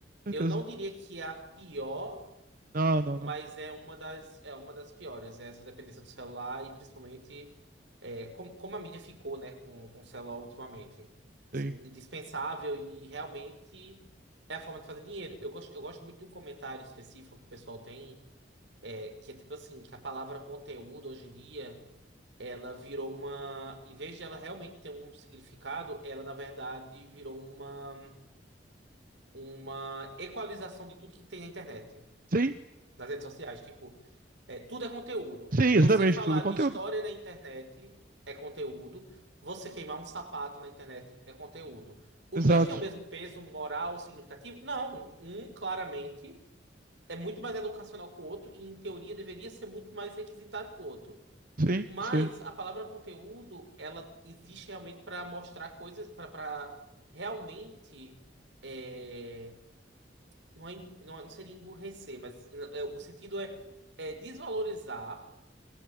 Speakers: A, on the right; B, on the right.
A: certeza.
B: Eu não diria que é a pior,
A: Não, não,
B: mas
A: não.
B: é uma das, é uma das piores, é essa dependência do celular e principalmente é, como, como a mídia ficou, né, com, com o celular ultimamente. Assim,
A: Sim.
B: indispensável e realmente é a forma de fazer dinheiro. Eu gosto, eu gosto muito de um comentário específico que o pessoal tem, é, que é tipo assim, que a palavra conteúdo hoje em dia, ela virou uma... Em vez de ela realmente ter um significado, ela na verdade virou uma uma equalização de tudo que tem na internet,
A: Sim,
B: nas redes sociais. Tipo, é, tudo é conteúdo.
A: sim,
B: Você
A: exatamente,
B: falar
A: tudo é conteúdo.
B: de história na internet é conteúdo. Você queimar um sapato na internet é conteúdo. Os
A: Exato.
B: dois têm o mesmo peso moral significativo? Não. Um, claramente, é muito mais educacional que o outro e, em teoria, deveria ser muito mais requisitado que o outro.
A: Sim,
B: Mas
A: sim.
B: a palavra conteúdo, ela existe realmente para mostrar coisas, para realmente. é, não, é, em- não, é- não seria emburrecer, mas n- é, o sentido é, é desvalorizar